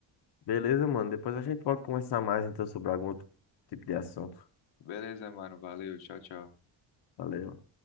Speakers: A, on the left; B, on the left.
A: Beleza, mano. Depois a gente pode conversar mais então sobre algum outro tipo de assunto.
B: Beleza, mano. Valeu. Tchau, tchau.
A: Valeu.